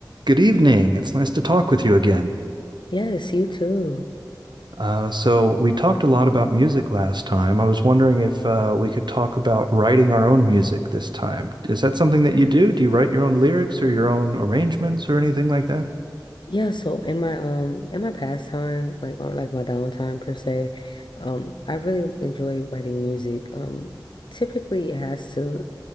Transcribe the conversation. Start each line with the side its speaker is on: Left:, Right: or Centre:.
Right: Good evening. It's nice to talk with you again.
Left: Yes, you too.
Right: Uh, so, we talked a lot about music last time. I was wondering if uh, we could talk about writing our own music this time. Is that something that you do? Do you write your own lyrics or your own arrangements or anything like that?
Left: Yeah, so in my um in my pastime, like or like my downtime per se, um, I really enjoy writing music. Um, typically it has to